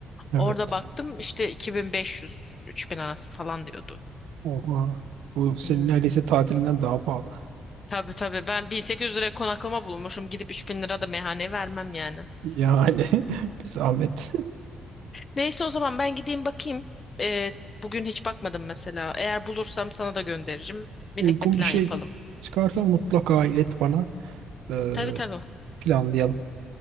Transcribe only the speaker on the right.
Evet.
Oha. Bu senin
neredeyse tatilinden daha pahalı.
Yani <laughs> bir zahmet.
Uygun
bir şey
çıkarsa mutlaka ilet bana. Ee,
planlayalım.